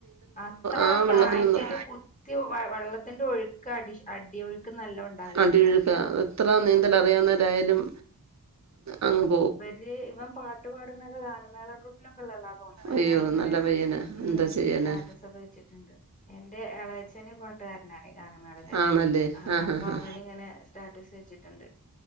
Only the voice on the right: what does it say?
ആ വെള്ളത്തിലൊന്നും
അടിയൊഴുക്ക എത്ര നീന്തൽ അറിയാവുന്നവരായാലും അഹ
അയ്യോ
നല്ല പയ്യനാ
എന്തോ ചെയ്യാനാ
ആ ആണല്ലേ
ആഹ്
ആഹ്